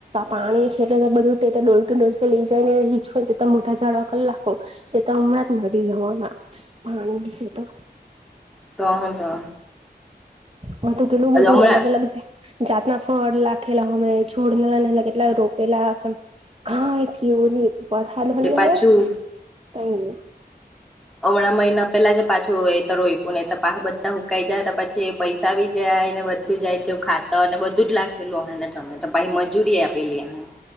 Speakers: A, on the right; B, in the centre.
A: પાણી છે. <unintelligible> <unintelligible> બધું તે તો ડોલકે-ડોલકે લઈ જાય ને <unintelligible> મોટા જાળવા કરલાખો તે તો હમણાં જ વદી <unintelligible> જવાના પાણીનીસે તો.
B: તો હું તો
A: મા તો કેટલું
B: હમણાં
A: બધું અલગ-અલગ જે જાતના ફળ લખેલા અમે છોડ ને નાના કેટલા રોપેલા પણ કાઈ થીયુ ની વરહાદ હો
B: એ
A: ની
B: પાછું
A: આવે, કઈ ની.
B: અમણા મહિના પેલા જે પાછું એ તોઈપ્યું ને તો પાહા બધા હુકાઈ જાહે તો પછી એ પૈસા ભી જાય ને બધું જાય તો ખાતાર ને બધું જ લખેલું ઓહે ને તમે તો પાહી મજૂરી એ આપેલી ઓહે.